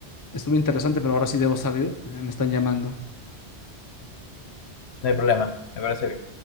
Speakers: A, on the left; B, on the left.
A: estuvo interesante, pero ahora sí debo salir, eh, me están llamando.
B: No hay problema, me parece bien.